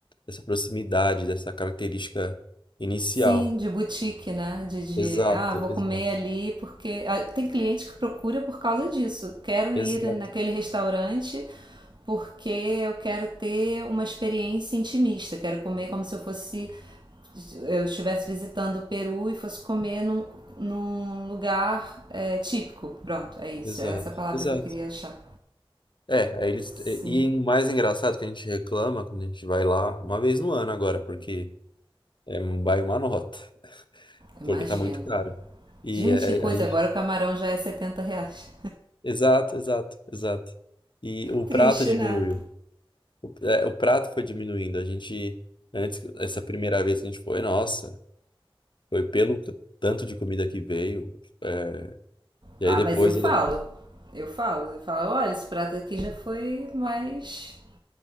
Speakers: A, on the left; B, on the right.
A: dessa proximidade, dessa característica inicial.
B: Sim, de boutique, né? De, de,
A: Exato,
B: ah, vou comer
A: exato,
B: ali porque. ah, Tem cliente que procura por causa disso. Quero ir
A: exato,
B: naquele restaurante porque eu quero ter uma experiência intimista. Quero comer como se eu fosse. Eu estivesse visitando o Peru e fosse comer num, num lugar é, típico. Pronto, é isso.
A: exato,
B: É essa palavra
A: exato.
B: que eu queria achar.
A: É, aí eles.
B: Sim,
A: E o mais engraçado que a gente reclama quando a gente vai lá, uma vez no ano agora, porque é, vai uma nota,
B: imagino.
A: porque tá muito caro. E
B: Gente,
A: é,
B: que coisa!
A: a gente.
B: Agora o camarão já é 70 reais.
A: Exato, exato, exato. E o
B: Triste,
A: prato diminuiu.
B: né?
A: O, é, o prato foi diminuindo. A gente. Antes, essa primeira vez que a gente foi, nossa, foi pelo c- tanto de comida que veio. é, e
B: Ah,
A: aí depois.
B: mas eu falo. Eu falo. Eu falo, olha, esse prato aqui já foi mais